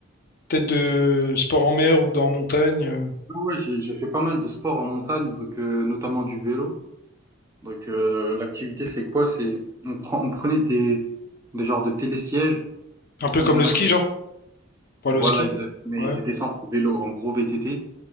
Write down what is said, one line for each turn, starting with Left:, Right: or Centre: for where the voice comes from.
Left: Peut-être de sport en mer ou dans montagne. euh,
Right: Ouais, ouais, j'ai j'ai fait pas mal de sport en montagne, donc euh, notamment du vélo. Donc euh, l'activité c'est quoi? C'est on prend on prenait des des genres de télésièges
Left: Un peu
Right: où
Left: comme
Right: on
Left: le ski,
Right: a
Left: genre, pour
Right: voilà
Left: aller au ski.
Right: exact mais
Left: Ouais,
Right: des descentes de vélo en gros VTT.